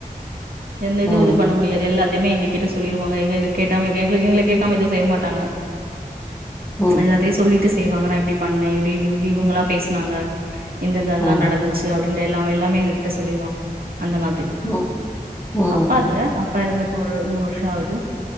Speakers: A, on the right; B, on the left.
A: எந்த இது
B: ம்
A: இது பண்ண முடியாது எல்லாத்தையுமே எங்க கிட்ட சொல்லிருவாங்க எங்களுக்கு கேட்டாம எங்கள கேக்காம எதும் செய்ய மாட்டாங்க
B: ம்
A: எல்லாத்தயு சொல்லிட்டு செய்வாங்க நா இப்டி பண்ணே இப்டி இப்டி இவுங்ளா பேசுனாங்க இந்தெந்தெல்லா
B: ம்
A: நடந்துச்சு அப்டின்ற எல்லாமே எல்லாமே எங்க கிட்ட சொல்லிருவாங்க அந்த மாதிரி
B: ம் ம்
A: அப்பா இல்ல அப்பா எருந்து இப்ப ஒரு மூணு வருஷோ ஆவுது